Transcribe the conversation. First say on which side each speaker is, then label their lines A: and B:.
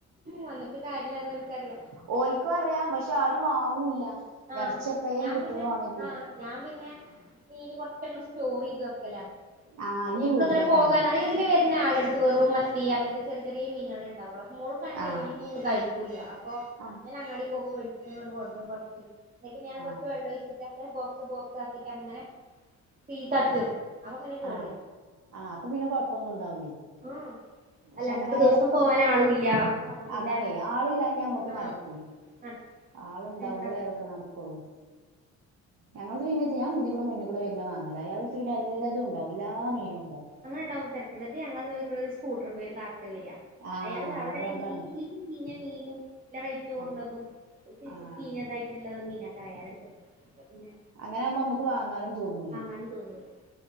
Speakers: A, on the right; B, on the right.
A: വന്നിട്ട് കാര്യം ഇല്ലെന്ന് ഓല്ക്കറിയാം
B: ഓലിക്കും അറിയാം പഷേ ആരും വാങ്ങൂല്ല
A: ആഹ്
B: ഇറച്ചപ്പളേയും
A: ഞാൻ
B: കിട്ടണ
A: പിന്നെ
B: ആണെപ്പി
A: ആഹ് ഞാൻ പിന്നെ മീൻ കൊറച്ചങ്ങട്ട് സ്റ്റോർ ചെയ്ത് വെക്കലാണ്
B: ആഹ് ഇന്റെ
A: ഇനി എപ്പോഴും
B: വീട്ടിലൊക്കെ
A: ഇങ്ങനെ പോകാന്
B: അങ്ങനെ
A: ഇതിലേ വരണ ആളെടുത്ത് വറും മത്തി അങ്ങനത്തെ ചെറിയ ചെറിയ മീനുകൾണ്ടാവുള്ള അപ്പോ മോൾക്ക് ആണെങ്കി
B: ആഹ്
A: അതൊന്നും കഴിക്കു സ്കു ഇല്ല അപ്പോ
B: ആഹ്
A: ഞാൻ അങ്ങാടി പോകോച്ചിട്ട് ഇങ്ങോട് കൊട്ടും കുറച്ച് എന്നിട്ട് ഞാൻ കുറച്ച്
B: ആഹ്
A: വെള്ള ഒഴിച്ചിട്ട ബോക്സ് ബോക്സ് ആക്കിട്ട് അങ്ങനെ പീസ് ആക്കി
B: ആഹ്
A: വെക്കും അപ്പോ പിന്നെ കേട്
B: ആഹ് ആഹ് അപ്പോ പിന്നെ കൊഴപ്പൊന്നും ഇണ്ടാവൂലേ
A: ആഹ്
B: പഷേ
A: അല്ലാണ്ടപ്പ
B: അങ്ങനെ ആയാലൊക്കെ
A: ദിവസം പോവാൻ
B: സുഖം
A: ആളും ഇല്ല അപ്പൊ പിന്നെ
B: അതാണേ ആളില്ലാ ഞമ്മുക്ക്
A: ആഹ്
B: നടക്കൂല്ലേ
A: നട
B: ആളോണ്ടാവുമ്പളേ
A: എന്താപ്പ
B: അതൊക്കെ നട് ക്കുള്ളു ഞങ്ങ പിന്നെ ഞാൻതികൂടെ മുന്നിക്കുടെ വരുന്ന വാങ്ങലായി <unintelligible> പിന്നെ എല്ലതും ണ്ടാവും എല്ലാ മീനും ഉണ്ടാവും
A: അങ്ങനെ ഉണ്ടാകുമ്പോ തരകേടില്ല ഞങ്ങൾ ഇതിക്കൂടെ ഒരു സ്കൂട്ടർമേല് ഒരു കാക്ക വര്യ
B: ആഹ്
A: അയാളവിടെ
B: അതുകൊണ്ടാണ്
A: ഈ ഇൽ ചിഞ്ഞ മീനും നല്ല റേറ്റ് കൊറഞ്ഞതും
B: ആഹ്
A: ഒരുച്ചിരി
B: ആഹ്
A: ചീഞ്ഞതായിട്ട്ള്ള മീനേക്കാ അയാളെടുക്കുന്നെ അപ്പോ പിന്നെ
B: അങ്ങനമ്പോ നമുക്ക് വാങ്ങാനും തോന്നുലേ
A: ങ്ങാനും തോന്നൂലാ